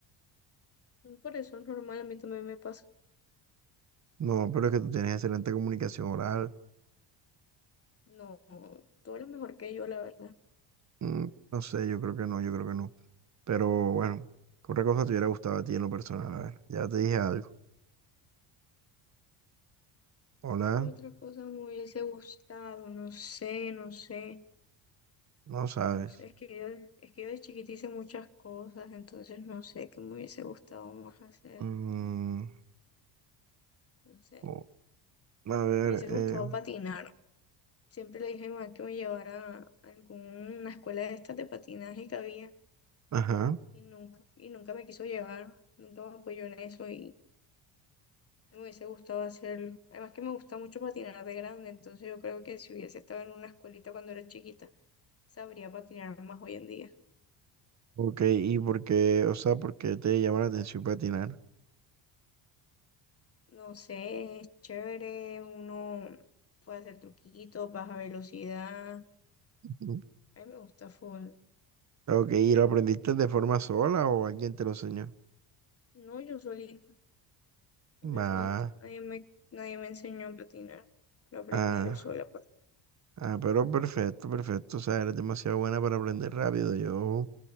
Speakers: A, on the left; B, on the right.
A: No, Por eso es normal, a mí también me pasa.
B: No, pero es que tú tienes excelente comunicación oral.
A: No, tú eres mejor que yo, la verdad.
B: Mm, no sé, yo creo que no, yo creo que no. Pero bueno, ¿qué otra cosa te hubiera gustado a ti en lo personal? A ver, ya te dije algo. Hola,
A: ¿Qué otra cosa me hubiese gustado? No sé, no sé.
B: no sabes.
A: No sé, es que yo, es que yo de chiquita hice muchas cosas, entonces no sé qué me hubiese gustado más hacer.
B: Mm,
A: No sé,
B: o- a ver,
A: me hubiese
B: eh,
A: gustado patinar. Siempre le dije a mi mamá que me llevara a alguna escuela de estas de patinaje que había.
B: ajá.
A: y nunca, y nunca me quiso llevar, nunca me apoyó en eso y me hubiese gustado hacerlo. Además que me gusta mucho patinar de grande, entonces yo creo que si hubiese estado en una escuelita cuando era chiquita, sabría patinar más hoy en día.
B: Ok, ¿y por qué, o sea, por qué te llama la atención patinar?
A: No sé, es chévere, uno puede hacer truquitos, baja velocidad,
B: Ujú.
A: a mí me gusta full.
B: Ok, ¿y lo aprendiste de forma sola o alguien te lo enseñó?
A: No, yo solita, yo
B: Va,
A: solita, nadie me, nadie me enseñó a patinar, lo aprendí
B: ah,
A: yo sola. pues.
B: ah, pero perfecto, perfecto. O sea, eres demasiado buena para aprender rápido. Yo.